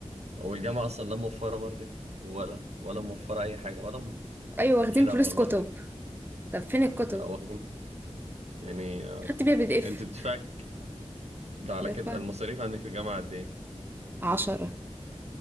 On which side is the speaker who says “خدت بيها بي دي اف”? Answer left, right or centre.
Right